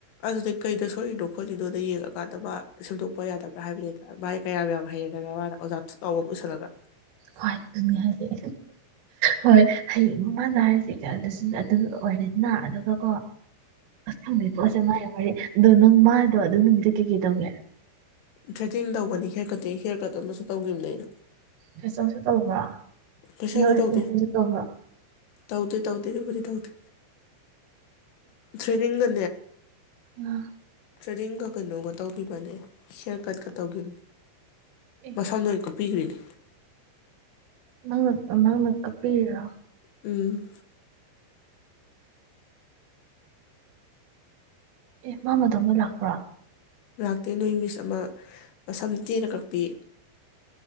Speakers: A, on the left; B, on the right.
A: ꯑꯗꯨꯗꯩ ꯀ ꯊꯣꯏꯏꯅꯣ ꯈꯣꯠꯂꯤꯅꯣꯗ ꯌꯦꯡꯉꯀꯥꯟꯗ ꯃꯥ ꯁꯦꯝꯗꯣꯛꯄ ꯌꯥꯗꯕ꯭ꯔꯥ ꯍꯥꯏꯕꯅꯤꯗ ꯚꯥꯏ ꯀꯌꯥꯝ ꯌꯥꯝ ꯍꯩꯔꯒ ꯃꯥꯅ ꯑꯣꯖꯥ ꯊ ꯇꯥꯎꯕ ꯑꯃ ꯄꯨꯁꯜꯂꯒ
B: ꯍꯣꯏ ꯑꯗꯨꯅꯤ ꯍꯥꯏꯁꯦ ꯍꯣꯏ ꯍꯌꯦꯡꯃꯗ ꯍꯥꯏꯔꯤꯁꯦ ꯑꯗꯨ ꯑꯣꯏꯔꯦꯗꯅ ꯑꯗꯨꯒꯀꯣ ꯑꯪꯗꯩ ꯄꯣꯠꯁꯦ ꯃꯩ ꯃ ꯑꯗꯣ ꯅꯪ ꯃꯥꯗꯣ ꯑꯗꯨ ꯅꯨꯃꯤꯠꯇ ꯀꯩꯀꯩ ꯇꯧꯒꯦ
A: ꯊ꯭ꯔꯦꯇꯤꯡ ꯇꯧꯕꯅꯤ ꯍꯤꯌꯔ ꯀꯠꯇꯤꯡ ꯍꯤꯌꯥꯔ ꯀꯠ ꯑꯃꯁꯨ ꯇꯧꯈꯤꯕꯅꯦ ꯑꯩꯅ
B: ꯐꯦꯁꯟꯁꯨ ꯇꯧꯕ꯭ꯔꯥ
A: ꯐꯦꯁꯦꯜꯗꯤ
B: ꯅꯣꯏ
A: ꯇꯧꯗꯦ
B: ꯐꯦꯁꯟꯁꯨ ꯇꯧꯕ꯭ꯔꯥ
A: ꯇꯧꯗꯦ ꯑꯗꯨꯕꯨꯗꯤ ꯇꯧꯗꯦ ꯊ꯭ꯔꯤꯡ ꯗ
B: ꯑ
A: ꯇ꯭ꯔꯦꯗꯤꯡꯒ ꯀꯩꯅꯣꯒ ꯇꯧꯈꯤꯕꯅꯦ ꯍꯤꯌꯥꯔ ꯀꯠꯀ ꯇꯧꯈꯤꯕꯅꯦ
B: ꯑꯦ
A: ꯃꯁꯝꯗꯣ ꯄꯤꯒ꯭ꯔꯤꯅꯤ
B: ꯅꯪ ꯅꯪ ꯀꯛꯄꯤꯔꯤꯔꯣ
A: ꯎꯝ
B: ꯑꯦ ꯃꯥ <unintelligible> ꯂꯥꯛꯄ꯭ꯔꯥ
A: ꯂꯥꯛꯇꯦ ꯅꯣꯏ ꯃꯤꯁ ꯑꯃ ꯃꯁꯝ ꯇꯦꯟꯅ ꯀꯛꯄꯤ